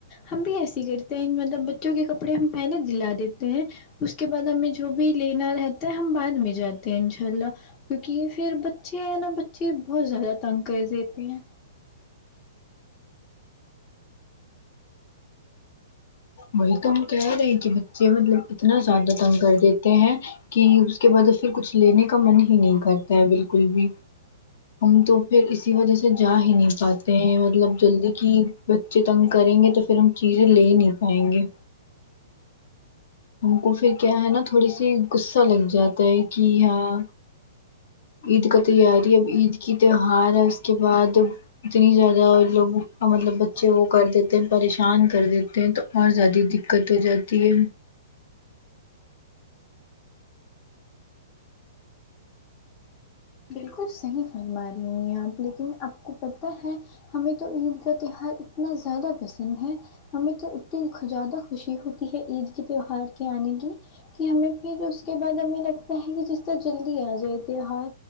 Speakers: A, on the left (about 25°); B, on the left (about 60°).
A: ہم بھی ایسے کرتے ہیں مطلب بچوں کے کپڑے ہم پہلے دلا دیتے ہیں اس کے بعد ہمیں جو بھی لینا رہتا ہے ہم بعد میں جاتے ہیں انشاء اللہ کیونکہ پھر بچے نا بچے بہت زیادہ تنگ کر دیتے ہیں
B: وہی تو ہم کہہ رہے کہ بچے مطلب اتنا زیادہ تن کر دیتے ہیں کہ اس کے بعد پھر کچھ لینے کا من ہی نہیں کرتا ہے بالکل بھی ت تو پھر اسی وجہ سے جا ہی نہیں پات مطلب جلدی کی بچے تنگ کریں گے تو پھر ہم چیزیں لے نہیں پائیں گے ہم کو پھر کیا ہے نا تھوڑی سی غصہ لگ جاتا ہے کہ یہاں عید کا تیاری اب عید کی تہوار ہے اس کے بعد اتنی زیادہ لوگ مطلب بچے وہ کر دیتے ہیں پریشان کر دیتے ہیں تو اور زیادہ دقت ہو جاتی ہے
A: بالکل صحیح فرما رہے ہیں آپ لیکن آپ کو پتہ ہے ہمیں تو عید کا تہوار اتنا زیادہ پسند ہے ہمیں تو اتنی زیادہ خوشی ہوتی ہے عید کے تہوار کے آنے کی کہ ہمیں پھر اس کے بعد ہمیں لگتا ہے کہ جس طرح جلدی آ جائے تیوار